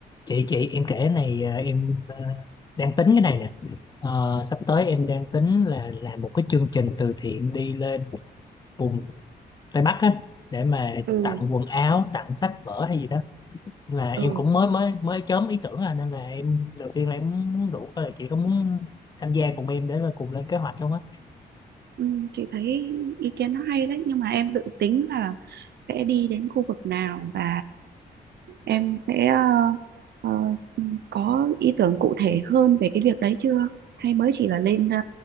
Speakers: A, on the left; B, on the right.
A: chị chị em kể này à, em à, đang tính cái này nè Ờ, sắp tới em đang tính là làm một cái chương trình từ thiện đi lên vùng Tây Bắc á để mà
B: ừ
A: tặng quần áo tặng sách vở hay gì đó là em
B: ừ
A: cũng mới mới mới chớm ý tưởng à nên là em đầu tiên là em muốn rủ coi là chị có muốn tham gia cùng em để là cùng lên kế hoạch không á
B: ừ, cái ý kiến nó hay đấy nhưng mà em dự tính là sẽ đi đến khu vực nào và em sẽ ờ, ờ, có ý tưởng cụ thể hơn về cái việc đấy chưa hay mới chỉ là lên ờ,